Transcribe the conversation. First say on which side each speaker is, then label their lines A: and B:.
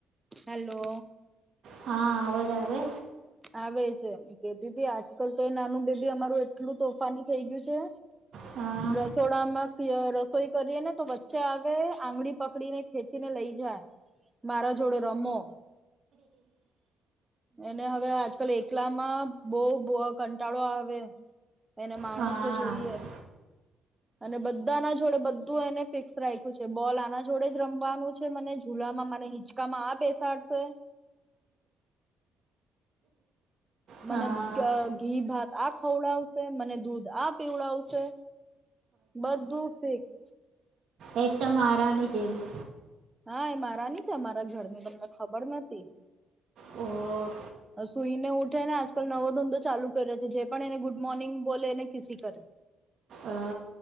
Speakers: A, on the right; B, on the right.
A: હલો.
B: હા આવાજ આવે.
A: આવે છે. કેતીતી આજ કર તો એ નાનું બેબી અમારું એટલું તોફાની થઈ ગયું છે
B: હા
A: રસોડામાંથી રસોઈ કરીએ ને તો બ ચ હવે આંગળી પકડીને ખેંચી ને લઈ જાય મારા જોડે રમો. એને હવે, આજકાલ એકલામાં બો બહું કંટાળો આવે. એને માણસો
B: હા
A: જોઈએ, અને બધા ના જોડે બધું એને ફિક્સ રાખ્યું છે, બોલ આના જોડે જ રમવાનું છે, મને જુલામાં મને હિંચકામાં આ બેસાડશે. મને
B: હા
A: ઘ ઘી ભાત આ, ખવડાવશે મને દૂધ આ પીવડાવશે. બધું ફિક્સ.
B: એ, તો મહારાણી દેવી.
A: હા, એ મહારાની છે, અમારા ઘર ની તમને ખબર નથી.
B: ઓ,
A: સુઈને ઉઠે ને આજકાલ નવો ધંધો ચાલુ કર્યો છે, જે પણ એને ગુડ મોર્નિંગ બોલે એને કીસી કરે.
B: અ,